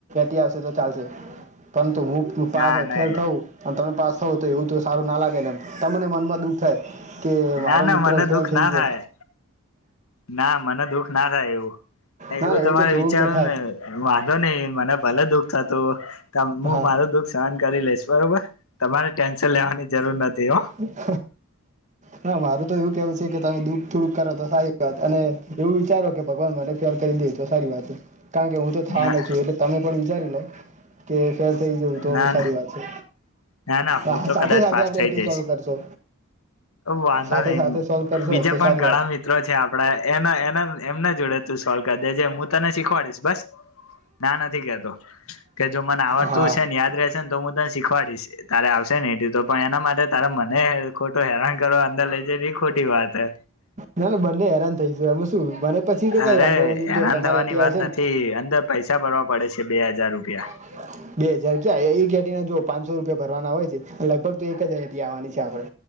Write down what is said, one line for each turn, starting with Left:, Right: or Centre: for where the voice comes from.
Right: પ આવશે તો ચાલશે પરંતુ હું પા
Left: ના ના
Right: ફેલ થું. અને તમે પાસ થવો તો એવું તો સારું ના લાગે એ તમને મનમાં દુઃખ થાય કે.
Left: ના
Right: મિત્રો
Left: ના મને
Right: ફેલ
Left: દુઃખ
Right: થઈ
Left: ના
Right: ગયો.
Left: થાય ના મને દુઃખ ના થાય એવું. એવું
Right: ના ના
Left: તમારે
Right: તો થોડુંક
Left: વિચારવ
Right: તો થાય
Left: ને વાંધો નહ મને ભલે દુખ થતું. હું
Right: હા
Left: મારું દુઃખ સહન કરી લઈશ બરોબર તમારે ટેન્શન લેવાની જરૂર નથી હો.
Right: <inaudible> હા મારું તો એવું કેવું છે કે તમે દુઃખ થોડુંક કરો તો સારી વાત. અને એવું વિચારો કે ભગવાન મને પાર કરી દે તો સારી વાત હે. કારણ કે હું તો થાવાનો
Left: ના
Right: જ છું. એટલે તમે પણ વિચારી લો. કે ફેલ થઇ જવું તો
Left: ના
Right: સારી વાત છે.
Left: ના ના હું
Right: હા
Left: તો
Right: સાથે
Left: કદાચ
Right: સાથે
Left: પાસ
Right: આપડ
Left: થઈ
Right: એટી
Left: જઈશ
Right: સોલ્વ કરશો.
Left: વાંધો
Right: સાથે
Left: નહીિ
Right: સાથે સોલ્વ કરશો
Left: બીજા
Right: તો
Left: પણ
Right: સારી
Left: ઘણા
Right: વાત
Left: મિત્રો છે આપડા એના એના એમના જોડે. તું સોલ્વ કરી દેજે હું તને શીખવાડીશ બસ ના નથી કેતો કે જો મને આવડતું
Right: હા
Left: છેને યાદ રહેશે ને તો હું તને શીખવાડીશ. તારે આવશે ને એટ તો પણ એના માટે તારે મને ખોટો હેરાન કરો અંદર લઇ જઈને એ ખોટી વાત છે.
Right: ના ના બંને હેરાન થઈ ગું એમ શું મને પછી તો
Left: અરે!
Right: કઈ વાંધો નથી જો
Left: હેરાન
Right: તમારે
Left: થવાની
Right: એટી આવશે
Left: વાત
Right: ને
Left: નથી, અંદર પૈસા ભરવા પડે છે બે હજાર રૂપિયા.
Right: બરા બે હજાર ક્યા એક એટી ના જો પાંચસો રૂપિયા ભરવાના હોય છે, લગભગ તો એક જ એટી આવવાની છે આપડે.